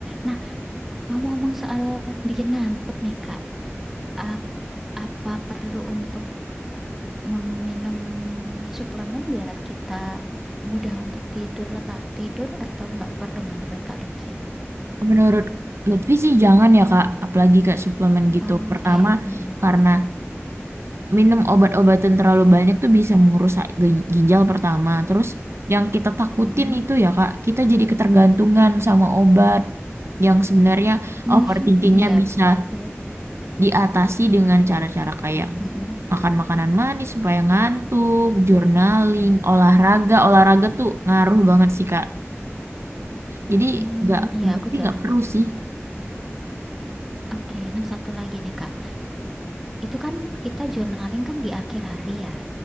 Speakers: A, in the centre; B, on the right (about 65°).
A: Nah, ngomong-ngomong soal bikin ngantuk nih, Kak. A- Apa perlu untuk meminum suplemen biar kita mudah untuk tidur, lelap tidur, atau nggak perlu menurut Kak Lutfi?
B: Menurut Lutfi sih jangan ya Kak, apalagi kayak suplemen gitu.
A: Oh,
B: Pertama,
A: Oke. Mm-mm.
B: karena minum obat-obatan terlalu banyak tuh bisa merusak gi- ginjal pertama. Terus yang kita takutin
A: Mm-mm.
B: itu ya Kak, kita jadi ketergantungan sama obat yang sebenarnya
A: Mm,
B: overthinkingnya
A: <laughs> Iya,
B: bisa
A: betul. ya.
B: diatasi dengan cara-cara kayak
A: Mm-mm.
B: makan makanan manis supaya ngantuk, journaling, olahraga. Olahraga tuh ngaruh banget sih Kak. Jadi
A: Hmm,
B: nggak,
A: Iya,
B: menurut
A: aku
B: Lutfi
A: jarang.
B: nggak perlu sih.
A: Oke, nah satu lagi nih, Kak. Itu kan kita journaling kan di akhir hari ya.